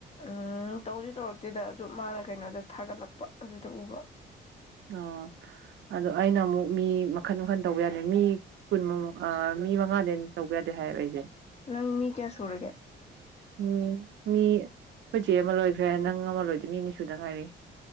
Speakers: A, on the left (about 30°); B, on the right (about 65°).
A: ꯎꯝ ꯇꯧꯗꯤ ꯇꯧꯔꯛꯇꯦꯗ ꯑꯗꯨ ꯃꯥꯅ ꯀꯩꯅꯣꯗ ꯊꯥꯒꯠꯂꯛꯄ ꯑꯗꯨꯗ ꯎꯕ
B: ꯑ ꯑꯗꯣ ꯑꯩꯅ ꯑꯃꯨꯛ ꯃꯤ ꯃꯈꯟ ꯃꯈꯟ ꯇꯧꯕ ꯌꯥꯗꯦ ꯃꯤ ꯀꯨꯟꯃꯃꯛ ꯃꯤ ꯃꯉꯥꯗ ꯇꯧꯕ ꯌꯥꯗꯦ ꯊ ꯂꯩꯖꯦ
A: ꯅꯪ ꯃꯤ ꯀꯌꯥ ꯁꯨꯔꯒꯦ
B: ꯎꯝ ꯃꯤ ꯑꯩꯈꯣꯏ ꯆꯦ ꯑꯃ ꯂꯣꯏꯈ꯭ꯔꯦ ꯅꯪ ꯑꯃ ꯂꯣꯏꯗꯣꯏ ꯃꯤꯅꯤ ꯁꯨꯗ ꯉꯥꯏꯔꯤ